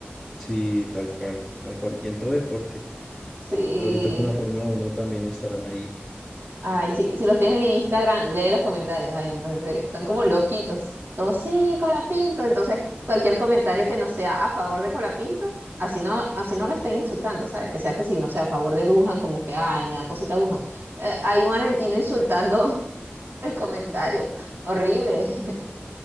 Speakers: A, in the centre; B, on the right.
A: Sí, tal cual, tal cual. Y en todo deporte.
B: Sí.
A: Ahorita con la Fórmula Uno también estarán ahí.
B: Ay, sí, si los tienes en Instagram, lee los comentarios. Ay, no, en serio, están como loquitos. Todos, sí, Colapinto. Entonces, cualquier comentario que no sea a favor de Colapinto, así no, así no lo estén insultando, ¿sabes? Que sea que sí no sea a favor de Dujan, como que, ay, me da cosita Dujan. Eh, hay un argentino insultando <laughs> el comentario.
A: <laughs>
B: Horrible. <laughs>